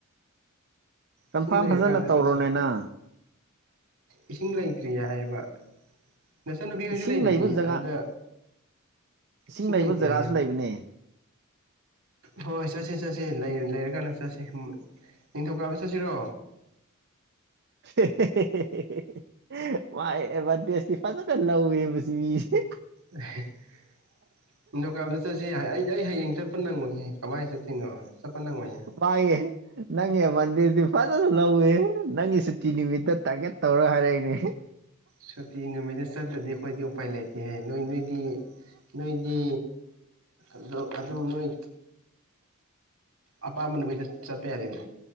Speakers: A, on the right; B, on the right.
A: ꯀꯟꯐꯥꯝ
B: ꯏꯁꯤꯡ ꯂꯩꯔꯀꯥꯟꯗ
A: ꯐꯖꯅ ꯇꯧꯔꯣꯅꯦꯅ
B: ꯆꯠꯁꯦ ꯏꯁꯤꯡ ꯂꯩꯇ꯭ꯔꯤꯌꯦ ꯍꯥꯏꯌꯦꯕ ꯅꯆꯟꯅꯨꯄꯤ
A: ꯏꯁꯤꯡ
B: ꯍꯣꯏꯁꯨ ꯂꯩꯗꯨꯗꯤ
A: ꯂꯩꯕ ꯖꯒꯥ
B: ꯑꯗꯨꯗ ꯏꯁꯤꯡ
A: ꯂꯩꯕ
B: ꯂꯩꯇꯦ
A: ꯖꯒꯥꯁꯨ
B: ꯍꯥꯏꯌꯦꯕ
A: ꯂꯩꯕꯅꯦ
B: ꯍꯣꯏ ꯆꯠꯁꯦ ꯆꯠ ꯆꯠꯁꯦ ꯂꯩꯔ ꯂꯩꯔꯀꯥꯟꯗ ꯆꯠꯁꯦ ꯎꯝ ꯅꯤꯡꯊꯧꯀꯥꯕ ꯆꯠꯁꯦꯔꯣ
A: ꯍꯦꯍꯦꯍꯦꯍꯦꯍꯦꯍꯦꯍꯦꯍꯦ <unintelligible> <inaudible> ꯋꯥ ꯑꯦ ꯑꯦꯗꯚꯥꯟꯇꯦꯖꯇꯤ ꯐꯖꯅ ꯂꯧꯋꯦꯕ ꯃꯥꯁꯤ ꯃꯤꯁꯦ
B: ꯑꯍꯦ <unintelligible> <inaudible> ꯅꯤꯡꯊꯧꯀꯥꯕꯗ ꯆꯠꯁꯦ ꯑꯩ ꯑꯩ ꯍꯌꯦꯡ ꯆꯠꯄ ꯅꯪꯉꯣꯏꯌꯦ ꯀꯃꯥꯏꯅ ꯆꯠꯇꯣꯏꯅꯣ ꯆꯠꯄ ꯅꯪꯉꯣꯏꯌꯦ
A: ꯋꯥꯌꯦ ꯅꯪꯒꯤ ꯑꯦꯗꯚꯥꯁꯇꯦꯖꯇꯤ ꯐꯖꯅ ꯂꯧꯋꯦꯍꯦ ꯅꯪꯒꯤ ꯁꯤꯠ ꯁꯨꯇꯤ ꯅꯨꯃꯤꯠꯇ ꯇꯥꯔꯒꯦꯠ ꯇꯧꯔꯒ ꯍꯥꯏꯔꯛꯏꯅꯦ
B: ꯁꯨꯇꯤ ꯅꯨꯃꯤꯠꯇ ꯆꯠꯇ꯭ꯔꯗꯤ ꯑꯩꯈꯣꯏꯗꯤ ꯎꯄꯥꯏ ꯂꯩꯇꯦꯍꯦ ꯅꯣꯏ ꯅꯣꯏꯗꯤ ꯅꯣꯏꯗꯤ ꯑꯗꯨ ꯑꯗꯨ ꯅꯣꯏ ꯑꯄꯥꯝꯕ ꯅꯨꯃꯤꯠꯇ ꯆꯠꯄ ꯌꯥꯗꯦꯅꯦ